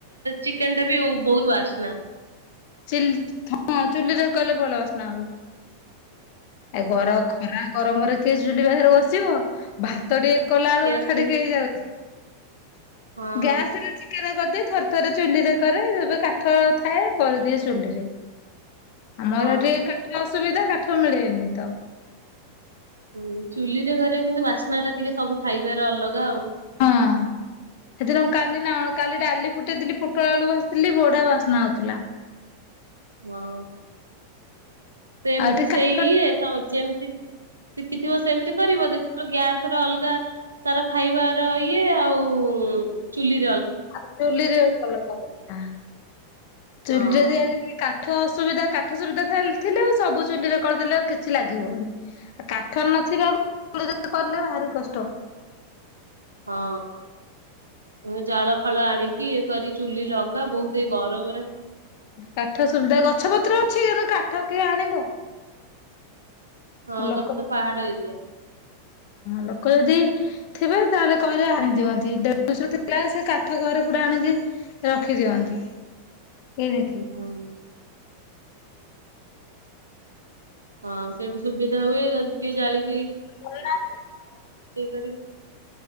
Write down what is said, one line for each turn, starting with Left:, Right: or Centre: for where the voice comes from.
Right: ଚିକେନ ଟା ବି ବହୁତ ବାସ୍ନା
Left: ଚୁଲି ହଁ ଚୁଲିରେ କଲେ ଭଲ ବାସ୍ନା ହୁଏ। ଏ
Right: ହଁ
Left: ଗର ଖରା ଗରମରେ ସେ ଚୁଲି ପାଖରେ ବସିବ ଭାତ ଟିକେ କଲାବେଳୁ
Right: ଗ୍ୟାସ
Left: ଅଠା
Right: ରେ
Left: ଟିକେ ହେଇଯାଉଛି।
Right: ହଁ।
Left: ଗ୍ୟାସରେ ଚିକେନ କରିଦି ଥରେ ଥରେ ଚୁଲି ରେ କରେ ଏବେ କାଠ ଥାଏ କରିଦିଏ ଚୁଲିରେ। ଆମର
Right: ହଁ
Left: ଏଠି କାଠ ସୁବିଧା କାଠ ମିଳେନି ତ
Right: ହୁ ଚୁଲିରେ ଘରେ କିନ୍ତୁ ବାସ୍ନା ଟା ଟିକେ ସବୁ ଖାଇବାର ଅଲଗା ଆଉ
Left: ହଁ। ସେଦିନ କାଲି ନା କାଲି ଡାଲି ଫୁଟେଇଥିଲି ପୋଟଳ ବେଳକୁ ଆସିଥିଲି ବଢା ବାସ୍ନା ହଉଥିଲା
Right: ହଁ ସେମିତି
Left: ଆଉ ଏଠି
Right: ସେଇ
Left: କାଠ ଟିକେ
Right: ତମ ଯେମତି ଶିଖିଥିବ ସେମିତି କରିବ ଦେଖ ଗ୍ୟାସ ର ଅଲଗା ତାର ଖାଇବାର ଇଏ ଆଉ ଚୁଲି
Left: ଆଉ ଚୁଲିରେ ଅଲଗା ହଛି ନା ଚୁଲିରେ
Right: ହଁ
Left: ଦିଆା କାଠସୁବିଧା କାଠ ସୁବିଧା ଥିଲେ ଆ ସବୁ ଚୁଲିରେ କରିଦେଲେଉ କିଛି ଲାଗିବଉନି ଆଉ କାଠ ନଥିବା ଚ କଲେ ଭାରି କଷ୍ଟ
Right: ହଁ ମୁ ଜାଳ ଫାଳ ଆଣିକି କରି ଚୁଲି ଲଗା ବହୁତ ଏଇ ଗରମରେ
Left: କାଠ ସୁବିଧା ଗଛ ପତ୍ର ଅଛିୁ କାଠ ଠକି ଆଣବୋ
Right: ହଁ
Left: ଲୋକଁ
Right: ତମେ ତ ପାହାଡ ଏରିଆ।
Left: ଲୋକ ଯଦି ଥିବେ ତାହେଲେ କହିଲେ ଆଣି ଦିଅନ୍ତି ଦେଢିନିଷ ଥିଲା ସେ କାଠ ଘରେ ପୁରା ଆଣିକି ରଖିଦିଅନ୍ତି ସେରି
Right: ହୁଁ ହଁ ସେଇଠୁ ସୁବିଧା ହୁଏ ଜାଳି
Left: ଥିଲା
Right: କରିକି